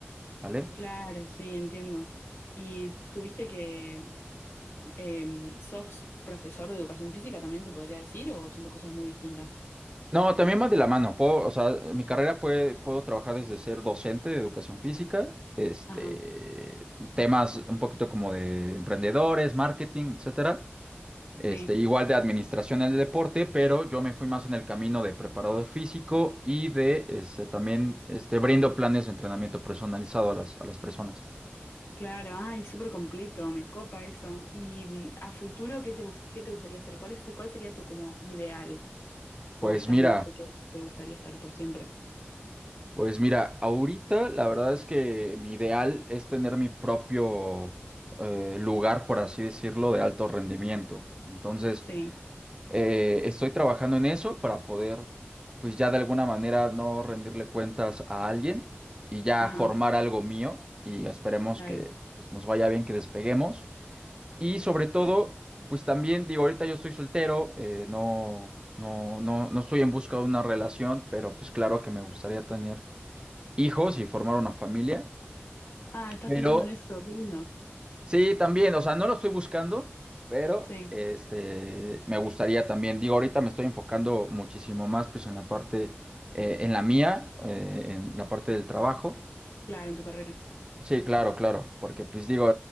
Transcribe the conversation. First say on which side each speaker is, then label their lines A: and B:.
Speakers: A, on the right (about 20°); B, on the left (about 65°).
A: ¿vale?
B: claro, sí, entiendo. ¿Y tuviste que, eh, sos profesor de educación física también, se podría decir, o son dos cosas muy distintas?
A: No, también va de la mano. Puedo, o sea, mi carrera puede, puedo trabajar desde ser docente de educación física, este,
B: Ajá,
A: temas un poquito como de emprendedores, marketing, etcétera. Este,
B: sí.
A: igual de administración del deporte, pero yo me fui más en el camino de preparador físico y de este también este brindo planes de entrenamiento personalizado a las, a las personas.
B: Claro, ay, súper completo, me copa eso. Y mm, a futuro, ¿qué te, gust- qué te gustaría hacer? ¿Cuál es, cuál sería tu como ideal? ¿O
A: Pues
B: estás
A: mira,
B: en el lugar que te gustaría estar por siempre?
A: Pues mira, ahorita la verdad es que mi ideal es tener mi propio eh, lugar, por así decirlo, de alto rendimiento. Entonces,
B: Sí,
A: eh, estoy trabajando en eso para poder, pues ya de alguna manera no rendirle cuentas a alguien y ya
B: ajá,
A: formar algo mío y esperemos
B: claro,
A: que pues, nos vaya bien, que despeguemos. Y sobre todo,
B: sí.
A: pues también digo, ahorita yo estoy soltero, eh, no, no, no, no estoy en busca de una relación, pero pues claro que me gustaría tener hijos y formar una familia,
B: Ah, estás
A: pero
B: pensando en eso, qué lindo.
A: sí, también, o sea, no lo estoy buscando, pero
B: Sí,
A: este, me gustaría también, digo, ahorita me estoy enfocando muchísimo más pues en la parte, eh, en la mía, eh, en la parte del trabajo.
B: claro, en tu carrera.
A: Sí, claro, claro, porque pues digo,